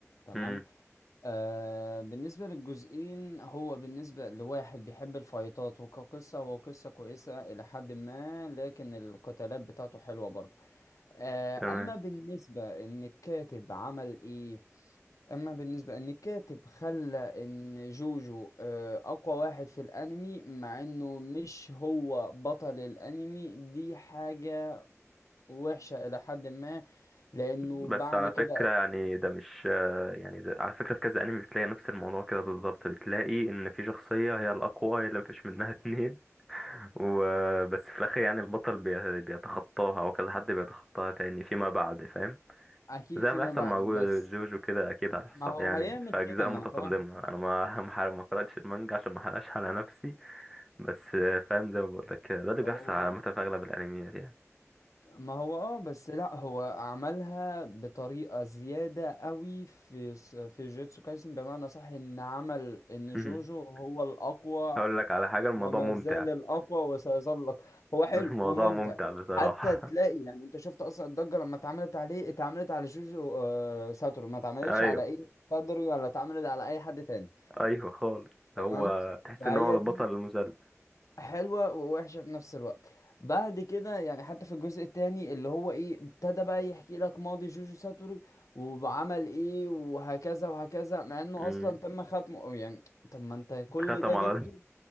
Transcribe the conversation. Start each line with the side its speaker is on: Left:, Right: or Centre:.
Left: تمام
Centre: امم
Left: آه بالنسبه للجزئين هو بالنسبه لواحد بيحب الفايتات وكقصه هو قصه كويسه الى حد ما لكن القتالات بتاعته حلوه برضه آه
Centre: تمام
Left: اما بالنسبه ان الكاتب عمل ايه اما بالنسبه ان الكاتب خلى ان جوجو آه، اقوى واحد في الانمي مع انه مش هو بطل الانمي دي حاجه وحشه الى حد ما لانه
Centre: بس
Left: بعد
Centre: على
Left: كده
Centre: فكرة يعني ده مش آه، يعني ده على فكرة في كذا انمي بتلاقي نفس الموضوع كده بالظبط بتلاقي ان في شخصية هي الأقوى هي اللي مفيش منها اتنين <laughs> وبس في الآخر يعني البطل بي- بيتخطاها او كذا حد بيتخطاها تاني فيما بعد فاهم
Left: اكيد
Centre: زي
Left: فيما
Centre: ما يحصل
Left: بعد
Centre: مع جو-
Left: بس
Centre: جوجو كده اكيد هيحصل
Left: ما هو
Centre: يعني
Left: هيعمل
Centre: في اجزاء
Left: كده ما
Centre: متقدمه
Left: انا فاهم
Centre: انا ما <laughs> ما حر- ما قراتش المانجا عشان ما احرقش على نفسي بس آه، فاهم زي ما بقول لك كده ده اللي بيحصل
Left: هو
Centre: عامه في اغلب الانميات يعني
Left: ما هو اه بس لا هو عملها بطريقة زيادة قوي في س- في جوتسو كايسن بمعنى صح ان عمل ان
Centre: <laughs>
Left: جوجو هو الاقوى
Centre: هقول لك على حاجه الموضوع
Left: وما
Centre: ممتع
Left: زال الأقوى وسيظل الأقوى هو
Centre: <laughs>
Left: حلو
Centre: الموضوع
Left: وممتع
Centre: ممتع بصراحه
Left: حتى تلاقي يعني انت شفت اصلا الضجه لما اتعملت عليه اتعملت على جوجو آه، ساتورو ما اتعملتش
Centre: <laughs> ايوه
Left: على ايه بدري ولا اتعملت على اي حد تاني
Centre: ايوه خالص
Left: تمام
Centre: هو تحس
Left: فهي
Centre: ان هو بطل
Left: دي
Centre: المسلسل
Left: حلوه ووحشه في نفس الوقت بعد كده يعني حتى في الجزء التاني اللي هو ايه ابتدى بقى يحكي لك ماضي جوجو ساتورو وعمل ايه وهكذا وهكذا مع انه
Centre: مم.
Left: اصلا تم ختمه يعني طب ما انت
Centre: اتختم
Left: كل ده
Centre: على
Left: جبته
Centre: طول <laughs>